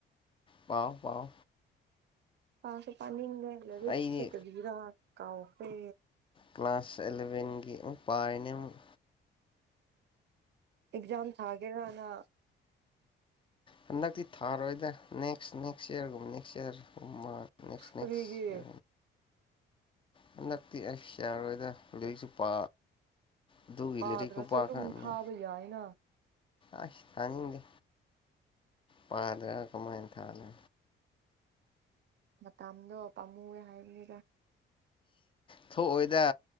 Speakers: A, on the left; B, on the right.
A: ꯄꯥꯎ ꯄꯥꯎ
B: ꯄꯥꯁꯨꯦ ꯄꯅꯤꯡꯗꯦ ꯂꯔꯤꯛꯁꯦ
A: ꯑꯩꯗꯤ
B: ꯀꯔꯤꯒꯤꯔꯥ ꯀꯥꯎꯈꯔꯦ
A: ꯀ꯭ꯂꯥꯁ ꯑꯦꯂꯚꯦꯟꯒꯤ ꯑꯃꯨꯛ ꯄꯥꯏꯅꯦ ꯑꯃꯨꯛ
B: ꯑꯦꯛꯖꯥꯝ ꯊꯥꯒꯦꯔꯅ
A: ꯍꯟꯗꯛꯇꯤ ꯊꯥꯔꯣꯏꯗ ꯅꯦꯛꯁ ꯅꯦꯛꯁ ꯏꯌꯥꯔꯒꯨꯝꯕ ꯅꯦꯛꯁ ꯏꯌꯥꯔ ꯊꯝꯕ ꯅꯦꯛꯁ
B: ꯀꯔꯤꯒꯤ
A: ꯅꯦꯛꯁ ꯍꯟꯗꯛꯇꯤ ꯑꯁ ꯌꯥꯔꯣꯏꯗ ꯂꯥꯏꯔꯤꯛꯁꯨ ꯄꯥ ꯑꯗꯨꯒꯤ
B: ꯄꯥꯗꯅꯁꯨ
A: ꯂꯥꯏꯔꯤꯛ ꯈꯨꯄꯥ
B: ꯑꯗꯨꯝ
A: ꯈꯛꯅꯦ
B: ꯊꯥꯕ ꯌꯥꯏꯅ
A: ꯑꯁ ꯇꯅꯤꯡꯗꯦ ꯄꯥꯗ ꯀꯃꯥꯏꯅ ꯊꯥꯅꯤ
B: ꯃꯇꯥꯗꯣ ꯄꯥꯝꯃꯨꯑꯦ ꯍꯥꯏꯕꯅꯤꯗ
A: ꯊꯣꯛꯑꯣꯏꯗ